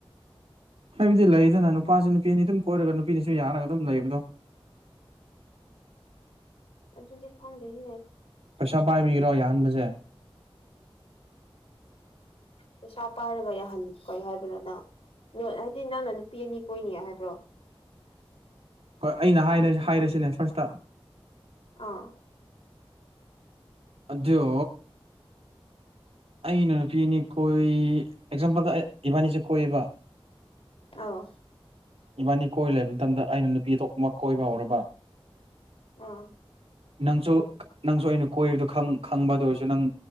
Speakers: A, on the right (about 75°); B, on the left (about 75°).
A: ꯍꯥꯏꯕꯗꯤ ꯂꯩꯗꯅ ꯅꯨꯄꯥꯁꯤ ꯅꯨꯄꯤꯅꯤ ꯑꯗꯨꯝ ꯀꯣꯏꯔꯒ ꯅꯨꯄꯤꯅꯤꯁꯨ ꯌꯥꯔꯒ ꯑꯗꯨꯝ ꯂꯩꯕꯗꯣ <inaudible>
B: ꯑꯗꯨꯗꯤ ꯈꯥꯎꯗꯦꯅꯦ
A: ꯄꯩꯁꯥ ꯄꯥꯏꯕꯤꯔꯣ ꯌꯥꯍꯟꯕꯁꯦ
B: ꯄꯩꯁꯥ ꯄꯥꯏꯔꯒ ꯌꯥꯍꯟ ꯀꯩ ꯍꯥꯏꯕꯅꯤꯅ ꯅ ꯍꯥꯏꯗꯤ ꯅꯪꯅ ꯅꯨꯄꯤ ꯑꯅꯤ ꯀꯣꯏꯅꯤ ꯍꯥꯏꯕ꯭ꯔꯣ
A: ꯍꯣꯏ ꯑꯩꯅ ꯍꯥꯏ ꯍꯥꯏꯔꯁꯤꯅꯦ ꯁꯔꯁꯤꯇ
B: ꯑꯥ
A: ꯌꯣ ꯑꯩꯅ ꯅꯨꯄꯤꯅꯤ ꯀꯣꯏ ꯑꯦꯛꯖꯥꯝꯄꯜꯗ ꯏꯕꯥꯅꯤꯁꯦ ꯀꯣꯏꯌꯦꯕ
B: ꯑꯥꯎ
A: ꯏꯕꯥꯅꯤ ꯀꯣꯏꯔ ꯂꯩꯕ ꯃꯇꯝꯗ ꯑꯩꯅ ꯅꯨꯄꯤ ꯑꯇꯣꯞꯄꯃꯛ ꯀꯣꯏꯕ ꯍꯧꯔꯕ
B: ꯑꯥ
A: ꯅꯪꯁꯨ ꯅꯪꯁꯨ ꯑꯩꯅ ꯀꯣꯏꯔꯗꯣ ꯈꯪꯕ ꯑꯗꯨ ꯑꯣꯏꯔꯁꯨ ꯅꯪ